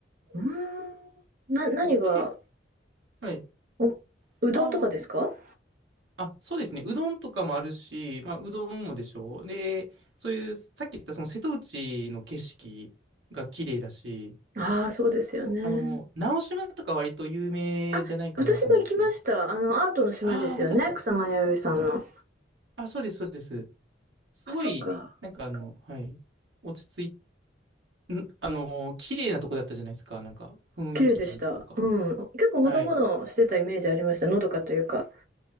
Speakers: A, on the right; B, on the right.
A: うーん。な何が、
B: 結構、はい。
A: おうどんとかですか？
B: ああ。あ、そうですね。うどんとかもあるし、まあ、うどんもでしょう。で、そういう、さっき言ったその瀬戸内の景色が綺麗だし、
A: ああー、そうですよね。
B: あの、直島とか割と有名じゃないかなと思うんですけど。
A: あ、私も行きました。あの、アートの島ですよね、
B: ああ、本当ですか。
A: 草間彌生さんの。
B: うんあ、そうです、そうです。すごい、
A: あ、そっか。
B: なんかあの、
A: か
B: はい、落ち着い、ん、あの、綺麗なとこだったじゃないですか。なんか、雰囲気とか。
A: 綺麗でした。うん。結構ほのぼのしてたイメージありました。
B: はい。
A: のどかというか。